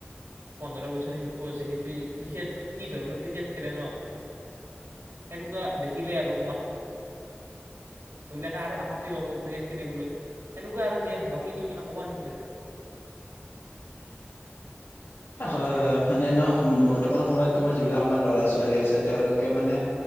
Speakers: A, on the right; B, on the left.
A: পোন্ধৰ বছৰে শিশু আছে, সেইটোৱে ক্ৰিকেট, কি ধৰণৰ ক্ৰিকেট খেলে ন। সেনেকুৱা দেখিলে আৰু মা সেইবিলাকে আৰু আসক্তি পাব ক্ৰিকেট খেলিবলৈ, সেনেকুৱা আৰু দিয়া বাকী তুমি নক'বা নেকি আৰু?
B: <inaudible> হয়, হয়, মানে ন বৰ্তমান সময়ত তোমাৰ যিবিলাক আমাৰ লৰা ছোৱালী আছে, তেওঁলোকে মানে